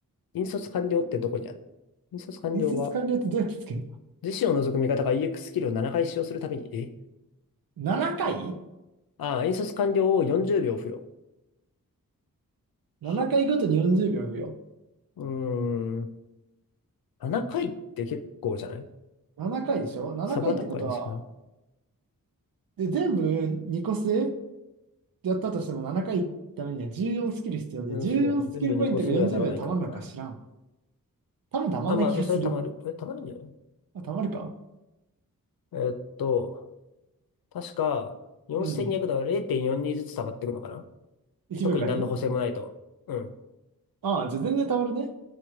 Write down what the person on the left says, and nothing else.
引率完了ってどこにあるの引率完了は、
自身を除く味方が EX ススキルを7回使用するために、え
ああ、引率完了を40秒付与。
は
うーん。7回って結構じゃない
サブアタッカーにしかな
うん、
そう。全部2個数にはならないからな。
あ、まあ、そう、それたまる。え、たまるんじゃない
えーっと、確か、4200だから0.42ずつ溜まっていくのかな
特に何の補正もないと。うん。